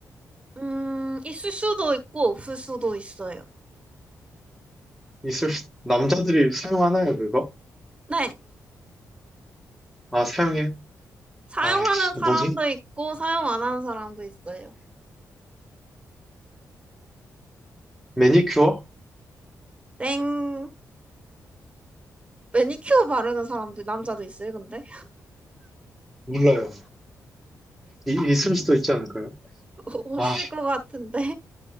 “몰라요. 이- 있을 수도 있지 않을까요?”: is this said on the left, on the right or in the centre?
Centre